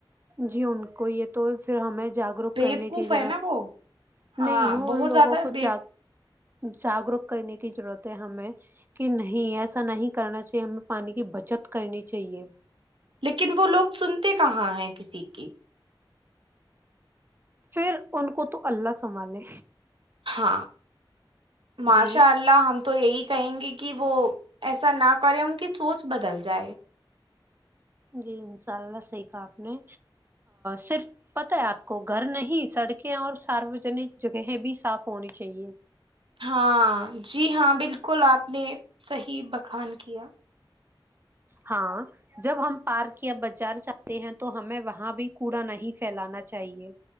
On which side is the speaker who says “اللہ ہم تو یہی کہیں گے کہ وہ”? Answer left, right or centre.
Right